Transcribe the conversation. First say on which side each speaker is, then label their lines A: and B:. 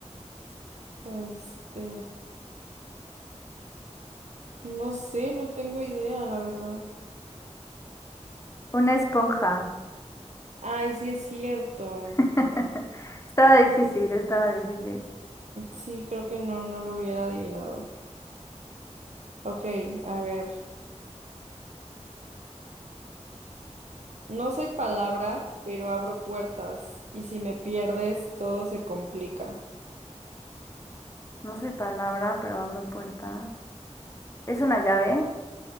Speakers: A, on the right (about 70°); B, on the left (about 25°).
A: Este, no sé, no tengo idea, la verdad.
B: Una esponja.
A: Ay, sí es cierto.
B: <laughs> Estaba difícil, estaba difícil.
A: Sí, creo que no, no lo hubiera adivinado. Ok, a ver. No soy palabra, pero abro puertas. Y si me pierdes, todo se complica.
B: No soy palabra, pero abro puertas. ¿Es una llave?